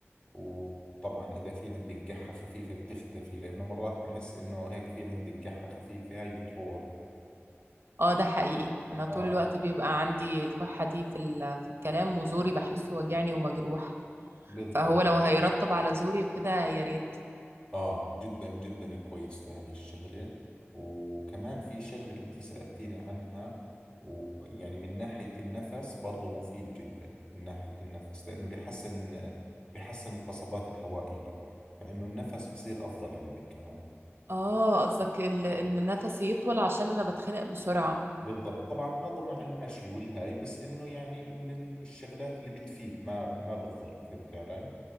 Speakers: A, on the left (about 20°); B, on the right (about 55°).
A: وطبعا اذا في عندك قحة خفيفة بتختفي لانه مرات بحس انه هيك في عندك قحة خفيفة هاي بتروح
B: اه ده حقيقي انا طول
A: اه
B: الوقت بيبقى عندي الكحة دي في ال- في الكلام وزوري بحسه وجعني ومجروح
A: بالضبط
B: فهو لو هيرطب على زوري وكده يا ريت
A: اه جدا جدا كويس لهذه الشغلة وكمان في شغلة انت سألتيني عنها ويعني من ناحية النفس برضو مفيد جدا من ناحية النفس لأنه بيحسن بيحسن القصبات الهوائية فإنه النفس بصير أفضل عندك كمان
B: اه قصدك ال- ان نفسي يطول عشان انا بتخنق بسرعة
A: بالضبط طبعا هذا مع المشي والهاي بس إنه يعني من الشغلات اللي بتفيد ما ما بتضر فهمتي علي؟